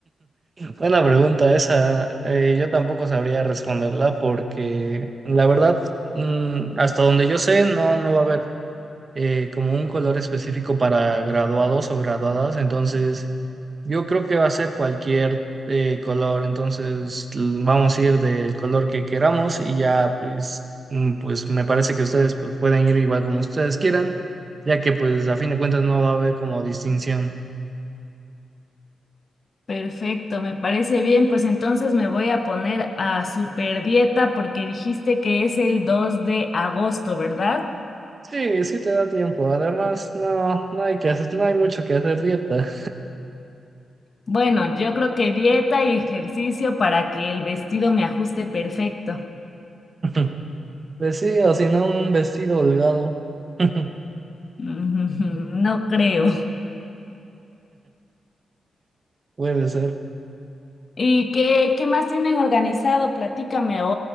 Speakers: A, on the right; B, on the left.
A: Buena pregunta esa. Eh, yo tampoco sabría responderla porque la verdad, mm, hasta donde yo sé, no, no va a haber eh, como un color específico para graduados o graduadas. Entonces, yo creo que va a ser cualquier eh, color. Entonces, l- vamos a ir del color que queramos y ya, pues, mm, pues me parece que ustedes pues, pueden ir igual como ustedes quieran, ya que pues a fin de cuentas no va a haber como distinción.
B: Perfecto, me parece bien. Pues entonces me voy a poner a super dieta porque dijiste que es el 2 de agosto, ¿verdad?
A: Sí, sí te da tiempo. Además, no, no hay que hacer, no hay mucho que hacer dieta.
B: Bueno, yo creo que dieta y ejercicio para que el vestido me ajuste perfecto.
A: <laughs> Pues sí, o si no, un vestido holgado. <laughs>
B: Mm, No creo.
A: Puede ser.
B: ¿Y qué, qué más tienen organizado? Platícame. O,